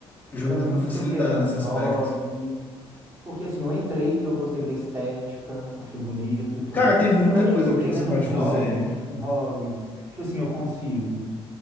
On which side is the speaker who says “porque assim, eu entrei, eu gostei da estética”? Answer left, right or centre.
Right